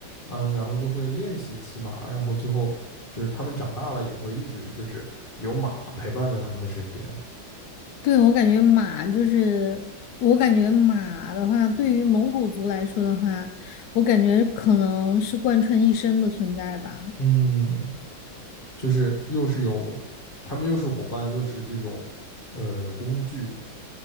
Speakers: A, on the left; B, on the left.
A: 嗯，然后就会练习骑马，然后最后就是他们长大了也会一直就是有马陪伴在他们的身边，
B: 对，我感觉马就是，我感觉马的话，对于蒙古族来说的话，我感觉可能是贯穿一生的存在吧。
A: 嗯，就是又是有他们又是伙伴，又是这种呃工具，